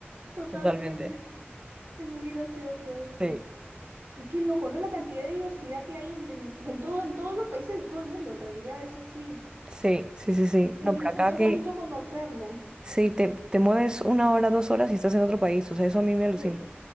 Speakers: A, on the right; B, on the right.
A: totalmente.
B: totalmente.
A: Es muy gracioso eso.
B: Sí,
A: Y qué loco, ¿no? La cantidad de diversidad que hay en, en, en todo, en todos los países de todo el mundo, en realidad es así.
B: sí, sí, sí, sí.
A: Es- y
B: No, por
A: eso
B: acá
A: es
B: que
A: bonito conocerlo.
B: Sí, te, te mueves una hora, dos horas y estás en otro país. O sea, eso a mí me alucina.
A: Sí,